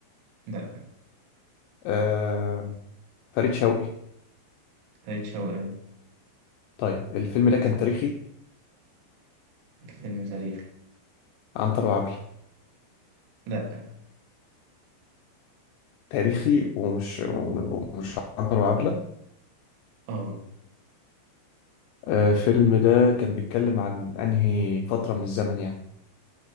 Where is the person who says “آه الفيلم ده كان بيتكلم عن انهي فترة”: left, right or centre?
Left